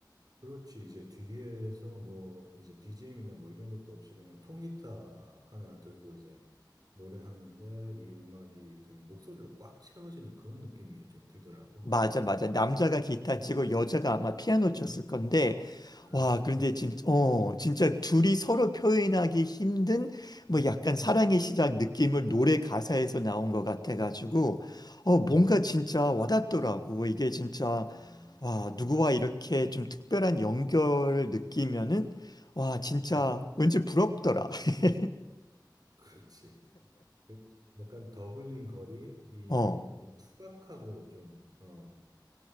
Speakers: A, on the right (about 55°); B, on the left (about 60°).
A: 그렇지. 이제 뒤에서 뭐, 이제 BGM이나 뭐 이런 것도 없이 그냥 통기타 하나 들고 이제 노래하는데 이 음악이 그냥 목소리로 꽉 채워지는 그런 느낌이 좀 들더라고.
B: 맞아, 맞아. 남자가 기타
A: 음,
B: 치고 여자가 아마 피아노 쳤을
A: 음.
B: 건데,
A: 아,
B: 와,
A: 피아노가
B: 그런데 진,
A: 있었구나.
B: 어,
A: 음,
B: 진짜 둘이
A: 음,
B: 서로 표현하기 힘든 뭐
A: 음,
B: 약간 사랑의
A: 음,
B: 시작 느낌을 노래 가사에서 나온 것 같아가지고,
A: 음,
B: 어, 뭔가
A: 음.
B: 진짜 와닿더라고. 이게 진짜,
A: 아,
B: 와,
A: 음,
B: 누구와 이렇게 좀 특별한 연결을 느끼면은, 와, 진짜
A: 음.
B: 왠지 부럽더라. <laughs>
A: 그렇지. 그 약간 더블링 거리, 이,
B: 어,
A: 이 투박하고 좀, 어,